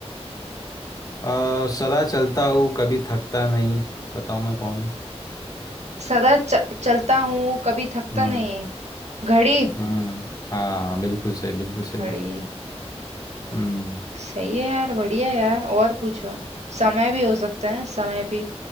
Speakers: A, on the left; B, on the right.
A: अ, सदा चलता हूँ कभी थकता नहीं बताओ मैं कौन हूँ
B: सदा च, चलता हूँ कभी थकता
A: हम्म
B: नहीं घड़ी
A: हम्म हाँ बिल्कुल सही बिल्कुल सही
B: घड़ी
A: हम्म
B: सही है यार बढ़िया यार और पूछो समय भी हो सकता है समय भी